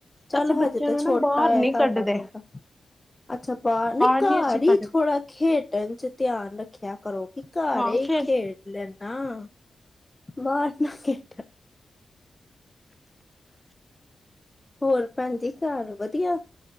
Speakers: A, on the left (about 20°); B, in the centre.
A: ਚੱਲ
B: ਅਸੀਂ ਬੱਚਿਆਂ
A: ਹਜੇ ਤੇ
B: ਨੂੰ
A: ਛੋਟਾ
B: ਨਾ ਬਾਹਰ
A: ਹੈ
B: ਨੀ
A: ਤੁਹਾਡਾ
B: ਕੱਢਦੇ
A: ਮੁੰਡਾ ਅੱਛਾ ਬਾਹਰ ਨਹੀਂ
B: ਨੀ
A: ਘਰ
B: ਅਸੀਂ ਕੱਢਦੇ
A: ਹੀ ਥੋੜ੍ਹਾ ਖੇਡਣ ਚ ਧਿਆਨ ਰੱਖਿਆ ਕਰੋ ਕਿ ਘਰ
B: ਹਾਂ
A: ਹੀ
B: ਖੇਲ
A: ਖੇਡ ਲੈਨ ਨਾ। ਬਾਹਰ ਨ ਖੇਡਣ ਹੋਰ ਭੈਣ ਜੀ ਘਰ ਵਧੀਆ